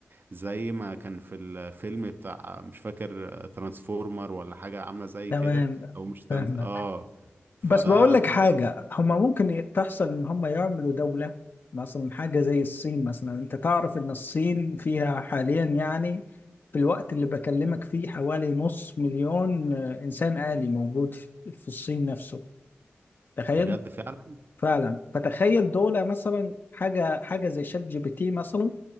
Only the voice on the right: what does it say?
زي ما كان في الفيلم بتاع مش فاكر آه، ترانسفورمر ولا حاجة عاملة زي
كده او مش ترانس...
اه فده
برضو
بجد فعلا